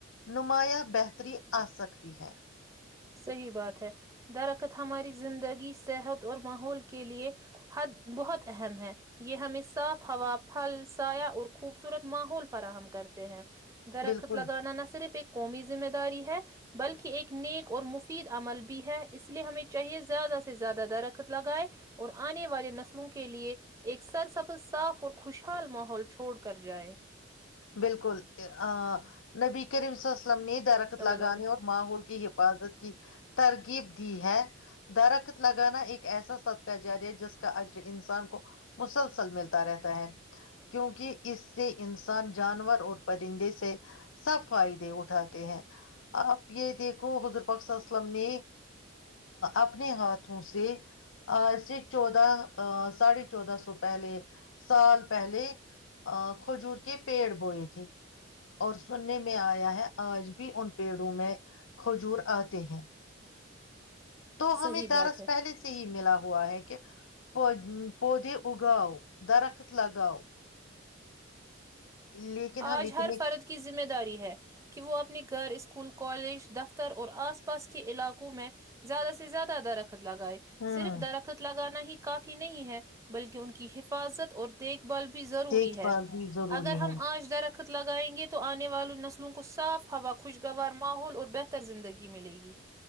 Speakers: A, on the left; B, on the right.
A: نمایاں بہتری آ سکتی ہے
B: صحیح بات ہے درخت ہماری زندگی صحت اور ماحول کے لیے حد بہت اہم ہے یہ ہمیں صاف ہوا پھل سایہ اور خوبصورت ماحول فراہم کرتے ہیں درخت
A: بالکل
B: لگانا نہ صرف ایک قومی ذمہ داری ہے بلکہ ایک نیک اور مفید عمل بھی ہے اس لیے ہمیں چاہیے زیادہ سے زیادہ درخت لگائے اور آنے والے نسلوں کے لیے ایک سر سبز صاف اور خوشحال ماحول چھوڑ کر جائے
A: بالکل آ نبی کرم سے لم نے درخت
B: صلی
A: لگانے
B: اللہ علیہ وسلم
A: اور ماحول کی حفاظت کی ترغیب دی ہے درخت لگانا ایک ایسا سد کا جاری ہے جس کا عجر انسان کو مسلسل ملتا رہتا ہے کیونکہ اس سے انسان جانور اور پرندے سے سب فائدے اٹھاتے ہیں آپ یہ دیکھو حضر پخ اسلم نے اپنے ہاتھوں سے آج سے چودہ ا ساھے چودہ سو پہلے سال پہلے ا کوجور کے پیڑ بوئے تھے اور سننے میں آیا ہے آج بھی ان پیڑوں میں کھجور آتے ہیں تو
B: صحیح
A: ہمیں دارس
B: بات ہے
A: پہلے سے ہی ملا ہوا ہے کہ پ پودے اگاؤ درخت لگاؤ لیکن
B: آج
A: ہم اتنے
B: ہر فرد کی ذمہ داری ہے کہ وہ اپنی گھر اس اسکول کالج دفتر اور آس پاس کے علاقوں میں زیادہ سے زیادہ درخت خت لگائے
A: ہوں
B: صرف درخت لگانا ہی کافی نہیں ہے بلکہ ان کی حفاظت اور دیکھ بھال بھی ضروری
A: دیکھ
B: ہے
A: بھال بھی ضروری
B: ہم
A: ہے
B: آج در لگائیں گے تو آنے والی نسلوں کو صاف ہوا خوشگوار ماحول اور بہتر زندگی ملے گی